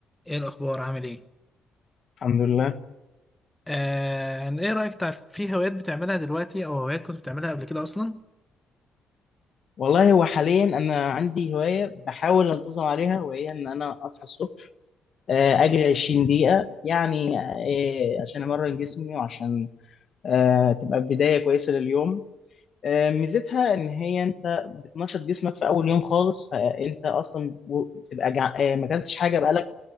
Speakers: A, in the centre; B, on the left (about 50°).
A: ايه الاخبار عامل ايه
B: الحمد لله
A: آه، ايه رايك تع- في هوايات بتعملها دلوقتي او هوايات كنت بتعملها قبل كده اصلا
B: والله هو حاليا انا عندي هوايه بحاول انتظم عليها وهي ان انا اصحى الصبح آه، اجري 20 دقيقه يعني آه، عشان امرن جسمي وعشان آه، تبقى بدايه كويسه لليوم آه، ميزتها ان هي انت بتنشط جسمك في اول يوم خالص فانت اصلا و- بتبقى جع... آه، ما اكلتش حاجه بقالك